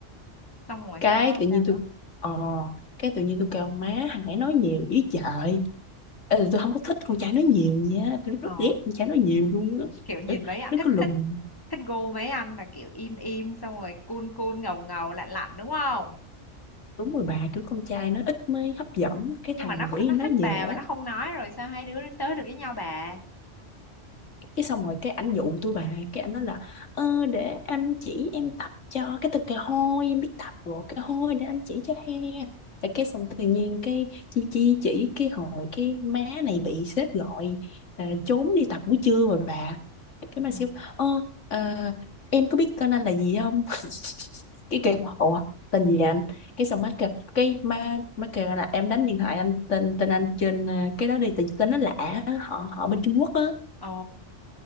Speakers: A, on the left; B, on the left.
A: Xong rồi
B: cái
A: sau đó là
B: tự nhiên
A: sao nữa?
B: tôi ờ cái tự nhiên tôi kêu má thằng ấy nói nhiều ý trời Ê, tôi không có thích con trai nói nhiều nha tôi
A: Ồ,
B: rất ghét con trai nói nhiều luôn á
A: kiểu nhìn
B: Kiểu,
A: mấy anh
B: nó
A: thích
B: cứ lùng
A: thích thích gu mấy anh mà kiểu im im xong rồi cool cool ngầu ngầu lạnh lạnh đúng không?
B: đúng rồi bà kiểu con trai nó ít mới hấp dẫn cái
A: Nhưng
B: thằng
A: mà nó không-
B: quỷ
A: nó
B: nói
A: thích
B: nhiều
A: bà mà
B: á
A: nó không nói rồi sao hai đứa đến tới được với nhau bà?
B: cái xong rồi cái ảnh dụ tôi bà cái ảnh nói là ờ, để anh chỉ em tập cho cái tôi kêu hôi em biết tập rồi cái hôi để anh chỉ cho he tại cái xong tự nhiên cái chi chi chỉ cái hồi cái má này bị sếp gọi à, trốn đi tập buổi trưa rồi bà cái mà
A: Ừ,
B: siêu ờ ờ, em có biết tên anh là gì không <laughs> cái kêu
A: ủa?
B: ủa tên gì anh cái xong má kêu cái má má kêu là em đánh điện thoại anh tên tên anh trên ờ, cái đó đi tại tên nó lạ á, họ họ bên Trung Quốc á
A: Ồ,